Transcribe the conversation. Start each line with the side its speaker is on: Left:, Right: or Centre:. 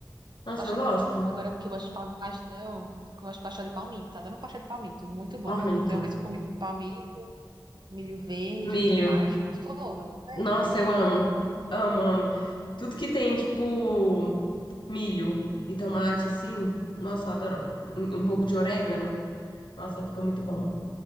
Left: Nossa,
Right: pastel
Left: eu gosto.
Right: de palmito. Agora que eu gosto de pal- pastel, que eu gosto de pastel de palmito, tá dando pastel de palmito, muito bom.
Left: Aumento.
Right: Então, uma vez que eu comi com palmito, milho verde,
Left: Milho.
Right: tomate, gostoso, eu gostei.
Left: Nossa, eu amo. Amo, amo. Tudo que tem, tipo, milho e tomate, assim. Nossa, eu adoro. Um um pouco de orégano. Nossa, fica muito bom.